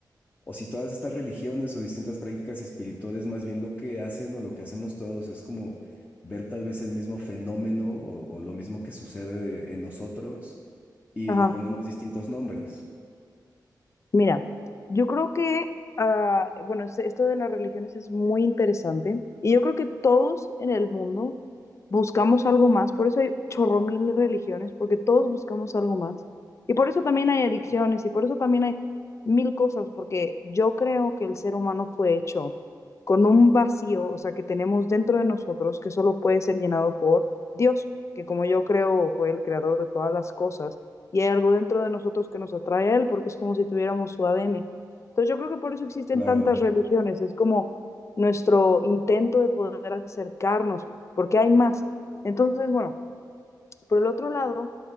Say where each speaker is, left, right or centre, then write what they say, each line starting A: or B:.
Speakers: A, on the left; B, on the left.
A: o si todas estas religiones o distintas prácticas espirituales, más bien lo que hacen o lo que hacemos todos es como ver tal vez el mismo fenómeno o, o lo mismo que sucede de- en nosotros y
B: ajá.
A: le ponemos distintos nombres.
B: Mira, yo creo que, ah, bueno, es- esto de las religiones es muy interesante y yo creo que todos en el mundo buscamos algo más, por eso hay chorro mil de religiones, porque todos buscamos algo más y por eso también hay adicciones y por eso también hay mil cosas, porque yo creo que el ser humano fue hecho con un vacío, o sea, que tenemos dentro de nosotros que solo puede ser llenado por Dios, que como yo creo fue el creador de todas las cosas y hay algo dentro de nosotros que nos atrae a él, porque es como si tuviéramos su ADN. Entonces yo creo que por eso existen
A: Claro,
B: tantas religiones, es como nuestro intento de poder acercarnos, porque hay más. Entonces, bueno, por el otro lado,